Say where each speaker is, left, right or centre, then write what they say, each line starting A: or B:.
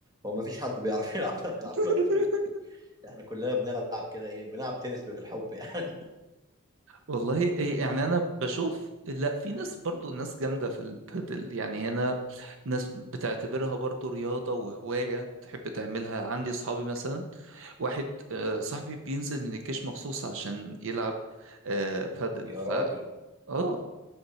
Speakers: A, on the right; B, on the right.
A: هو ما فيش حد بيعرف يلعب بادل
B: <laughs>
A: عامه <laughs> احنا كلنا بنلعب كده ايه بنلعب تنس بالحب يعني
B: والله إيه يعني انا بشوف لا في ناس برضو ناس جامده في البادل يعني هنا ناس بتعتبرها برضو رياضه وهوايه بتحب تعملها عندي صحابي مثلا واحد آه، صاحبي بينزل من الجيش مخصوص عشان يلعب آه، بادل
A: <laughs> يا
B: ف
A: راجل
B: اه